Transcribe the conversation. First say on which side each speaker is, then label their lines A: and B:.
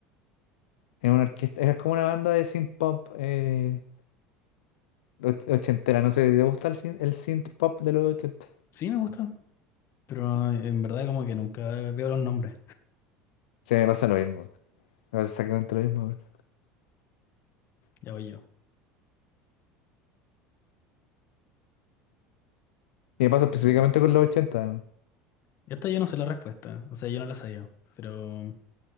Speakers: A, on the left; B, on the left.
A: Es una orquesta, es como una banda de synth pop eh, och- ochentera. No sé, ¿te gusta el synth, el synth pop de los ochenta
B: Sí, me gusta. Pero en verdad como que nunca veo los nombres.
A: Sí, me pasa lo mismo. Me pasa exactamente lo mismo. weón.
B: Ya voy yo.
A: Y me pasa
B: Eh,
A: específicamente con los ochenta además.
B: esta yo no sé la respuesta. O sea, yo no la sabía. Pero